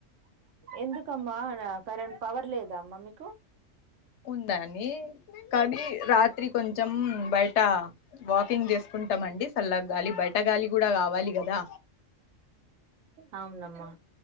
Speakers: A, on the right (about 70°); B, on the left (about 70°).
A: ఎందుకమ్మా నా కరెం పవర్ లేదా అమ్మా మీకు
B: ఉందాని కానీ రాత్రి కొంచెం బయట వాకింగ్ చేసుకుంట ఉంటామండి చల్లగ గాలి బయట గాలి కూడా కావాలి కదా
A: అవునమ్మా